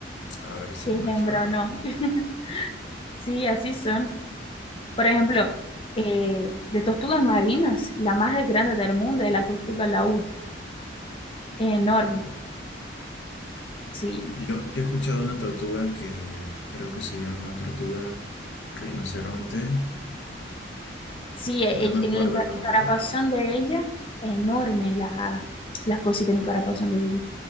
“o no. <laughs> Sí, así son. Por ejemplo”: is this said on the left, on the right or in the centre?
Left